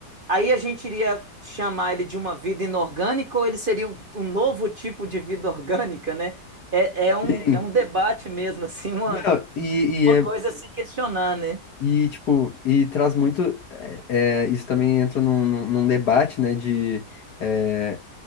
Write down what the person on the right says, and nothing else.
aí a gente iria chamar ele de uma vida inorgânica ou ele seria um, um novo tipo de vida orgânica, né? É, é um,
é um debate mesmo, assim, uma,
uma
coisa a se questionar, né?